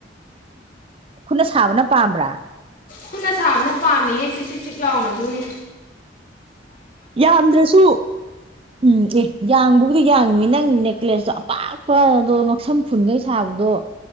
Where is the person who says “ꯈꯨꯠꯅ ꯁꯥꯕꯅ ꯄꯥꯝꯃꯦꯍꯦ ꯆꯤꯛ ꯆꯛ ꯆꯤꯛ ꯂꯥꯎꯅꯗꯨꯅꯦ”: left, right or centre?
Left